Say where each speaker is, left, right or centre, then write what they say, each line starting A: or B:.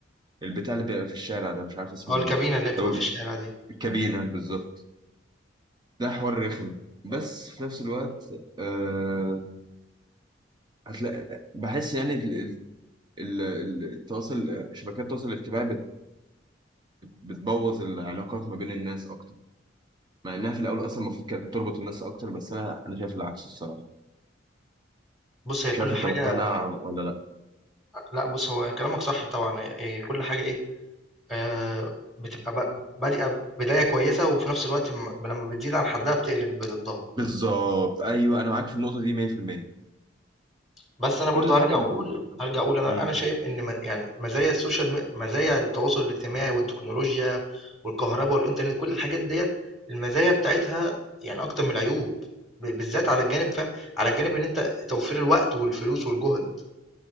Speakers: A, on the right (about 25°); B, in the centre.
A: البتاع اللي بيبقى في الشارع ده مش عارف اسمه
B: آه الكابينة
A: ايه
B: اللي هي بتبقى
A: او
B: في الشارع دي.
A: الكابينه بالظبط ده حوار رخم بس في نفس الوقت أه هتلاقي بحس يعني ال- ال- ال- التواصل شبكات التواصل الاجتماعي بتبوظ العلاقات ما بين الناس اكتر مع انها في الاول اصلا المفروض كانت تربط الناس اكتر بس انا انا شايف العكس الصراحه
B: بُص هي
A: مش
B: كل
A: عارف
B: حاجة
A: انت مقتنع ولا لا
B: لأ بُص هو كلامك صح طبعًا، آآ كل حاجة إيه، آآ بتبقى ب بادئة بداية كويسة، وفي نفس الوقت م لمّا بتزيد عن حدها بتقلب ضدها،
A: بالظبط ايوه انا معاك في النقطه دي 100%
B: بس أنا برضه
A: كل حاجه
B: هارجع أقول
A: ب-
B: هارجع أقول أنا
A: امم
B: أنا شايف إن م يعني مزايا السوشيال م مزايا التواصل الاجتماعي والتكنولوجيا والكهربا والإنترنت كل الحاجات ديّة المزايا بتاعتها يعني أكتر من العيوب، ب بالذات على الجانب فاهم، على الجانب إن أنت توفير الوقت والفلوس والجهد،